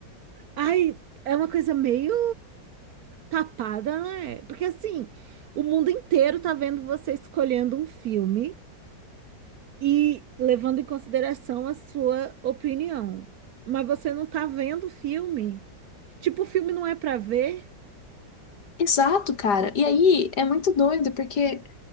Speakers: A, on the right (about 65°); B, on the left (about 60°).
A: Ai, é uma coisa meio tapada, né? Porque assim, o mundo inteiro tá vendo você escolhendo um filme. e levando em consideração a sua opinião. Mas você não tá vendo o filme. Tipo, o filme não é pra ver?
B: Exato, cara. E aí é muito doido, porque